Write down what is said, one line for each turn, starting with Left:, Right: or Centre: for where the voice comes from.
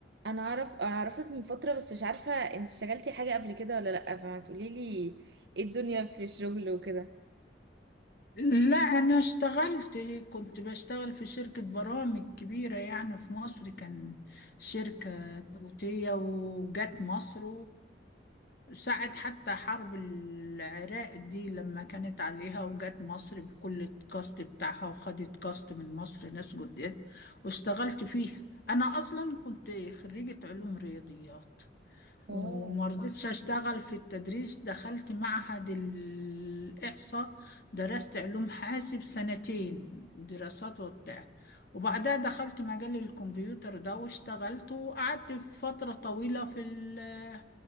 Right: انا اعرف انا اعرفك من فتره بس مش عارفه انت اشتغلتي حاجه قبل كده ولا لا فما تقولي لي ايه الدنيا في الشغل وكده
Left: لا أنا اشتغلت كنت بشتغل في شركة برامج كبيرة يعني في مصر كان شركة توتية وجت مصر وساعة حتى حرب العراق دي لما كانت عليها وجت مصر بكل الكاست بتاعها وخدت كاست من مصر ناس جداد واشتغلت فيها أنا أصلا كنت خريجة علوم رياضيات وما
Right: اه
Left: رضيتش اشتغل في التدريس دخلت معهد الإحصاء درست علوم حاسب سنتين دراسات وبتاع وبعدها دخلت مجال الكمبيوتر ده واشتغلت وقعدت فترة طويلة في ال-